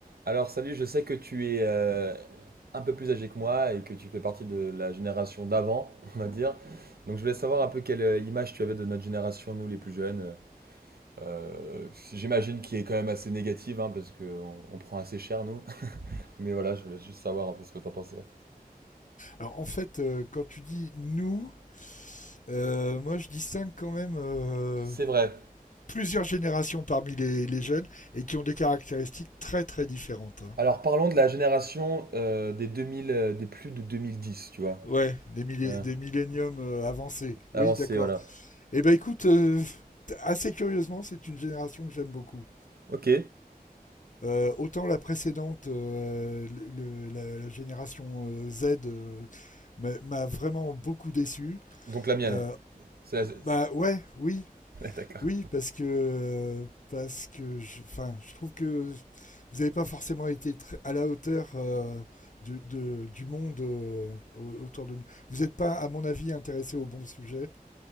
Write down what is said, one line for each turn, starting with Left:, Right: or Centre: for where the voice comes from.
Right: Alors salut, je sais que tu es euh, un peu plus âgé que moi et que tu fais partie de la génération d'avant, <laughs> on va dire. Donc je voulais savoir un peu quelle euh, image tu avais de notre génération, nous les plus jeunes. Euh, j'imagine qui est quand même assez négative, hein, parce qu'on on prend assez cher, nous. <laughs> Mais voilà, je voulais juste savoir un peu ce que t'en pensais.
Left: Alors en fait, euh, quand tu dis nous, euh, moi je distingue quand même euh,
Right: C'est vrai.
Left: plusieurs générations parmi les, les jeunes et qui ont des caractéristiques très très différentes. hein.
Right: Alors parlons de la génération euh, des 2000, euh, des plus de 2010, tu vois.
Left: Ouais, des, millé-
Right: Ouais.
Left: des milléniums euh, avancés.
Right: Avancée,
Left: Oui, d'accord.
Right: voilà.
Left: Eh ben écoute, euh, assez curieusement, c'est une génération que j'aime beaucoup.
Right: Ok.
Left: Euh, autant la précédente, euh, le- le- la, la génération euh, Z, euh, m'a m'a vraiment beaucoup déçu.
Right: Donc la mienne.
Left: Euh,
Right: C'est la... <laughs> c'est-
Left: bah ouais, oui,
Right: D'accord.
Left: Oui, parce que parce que je, enfin, je trouve que vous n'avez pas forcément été tr- à la hauteur euh, de- de- du monde euh, au- autour de nous. Vous n'êtes pas, à mon avis, intéressé au bon sujet,